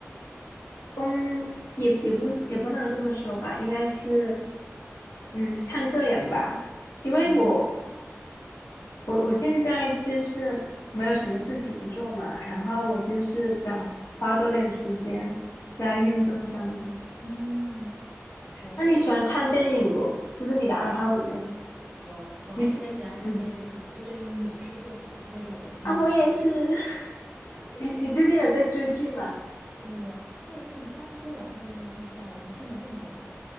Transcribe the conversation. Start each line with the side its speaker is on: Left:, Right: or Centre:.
Left: 嗯，也也不也不能这么说吧，应该是嗯看个人吧，因为我
Right: 哦，
Left: 我我现在就是没有什么事情做嘛，然后我就是想花多点时间在运动上面。
Right: 嗯。我是
Left: 那你喜欢看电影不？就是你的爱好里面。
Right: 喜欢，有，我还特别喜欢看电视剧，
Left: 你是嗯
Right: 就这种影视作品，它就是我的心头好。
Left: 啊，我也是。
Right: <laughs>
Left: <laughs>
Right: 对，
Left: 你你最近有在追剧吗？
Right: 我最近刚追完了一个剧叫《无尽的尽头》，